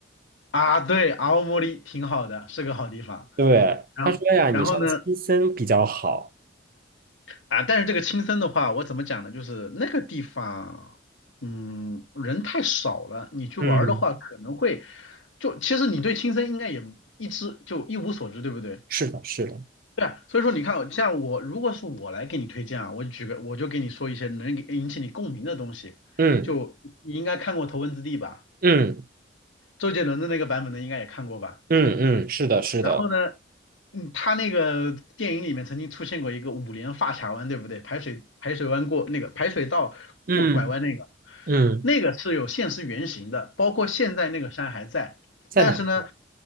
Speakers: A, on the left; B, on the right.
A: 啊，对，青森挺好的，是个好地方。
B: 对，
A: 然后然后呢，
B: 他说呀，你上青森比较好。
A: 啊，但是这个青森的话，我怎么讲呢？就是那个地方，嗯，人太少了，你去玩儿的话可能会，
B: 嗯，
A: 就其实你对青森应该也一知就一无所知，对不对？
B: 是的，是的，
A: 对啊，所以说你看，像我如果是我来给你推荐啊，我举个我就给你说一些能给引起你共鸣的东西，
B: 嗯
A: 就你应该看过《头文字 D》吧，
B: 嗯
A: 周杰伦的那个版本的应该也看过吧？
B: 嗯嗯，是的，是的，
A: 然后呢，嗯，他那个电影里面曾经出现过一个五连发卡弯，对不对？排水排水弯过那个排水道过拐弯那个，
B: 嗯嗯，
A: 那个是有现实原型的，包括现在那个山还在，
B: 在哪一个？
A: 但是呢，